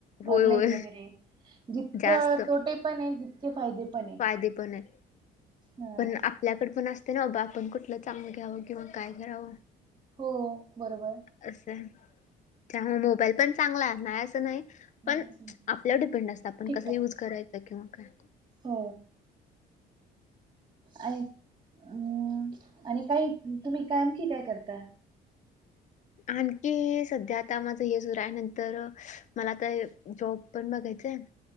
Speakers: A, on the left; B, on the right.
A: होय
B: ऑनलाईन
A: होय
B: वगैरे जितकं
A: जास्त
B: तोटे पण आहे ते फायदे पण आहे
A: फायदे पण आहेत.
B: हा
A: पण आप आपल्याकड पण असते ना बाबा आपण कुठलं चांगलं घ्यावं किंवा काय करावं.
B: हो बरोबर.
A: असं त्यामुळे मोबाईल पण चांगला नाही असं नाही. पण
B: नाही असं नाही
A: आपल्यावर डिपेंड असतं आपण
B: ठीकठाक
A: कसं युज करायचं किंवा काय.
B: हो ऐक हम्म आणि काही तुम्ही काय आणखी काय करता.
A: आणखी सध्या आता माझं हे सुर आहे, नंतर मला आता जॉब पण बघायचंय. <inaudible>